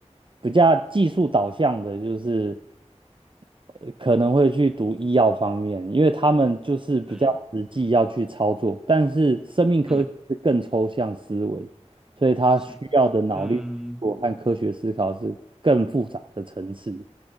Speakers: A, on the right (about 45°); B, in the centre.
A: 比较技术导向的，就是呃可能会去读医药方面，因为他们就是比较实际要去操作，
B: 是，
A: 但是生命科学是更抽象思维，
B: 嗯
A: 所以他需要的脑力运作和科学思考是更复杂的层次。
B: 是，嗯